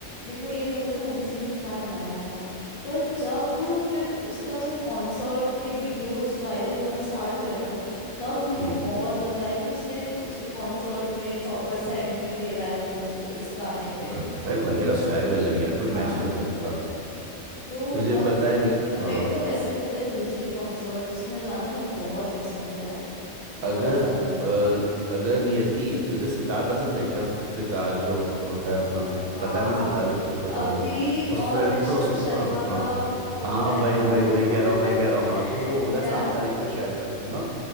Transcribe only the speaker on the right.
हम्म
खत- भाई बंदे का
स्वैग अलग है यार, कोई
मैच ना कर सकता
तुझे
पता
है
हाँ
अगर
अ, अगर नियति तुझे सितार पसंद है क्या सितार जो होता है अपना
पता है ना सितार जो इंस्ट्रूमेंट होता
है वो
उसमें
तो सुनना
हाँ
हाँ
वही
वही वही कह रहा हूँ वही कह
रहा हूँ हाँ तो वो हो
रहा है सात तारीख को शायद है ना